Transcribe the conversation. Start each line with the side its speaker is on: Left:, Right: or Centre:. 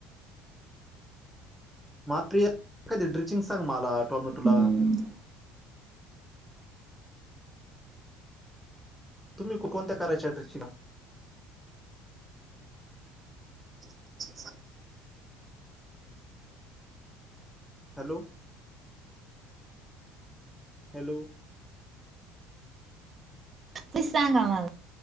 Centre: मात्र एक एखादी ड्रिचिंग सांग मला टोमॅटोला.
Right: हम्म
Centre: तुम्ही कोणत्या करायच्या <unintelligible>
Right: <inaudible>
Centre: हॅलो. हॅलो.
Right: ते सांगा मला.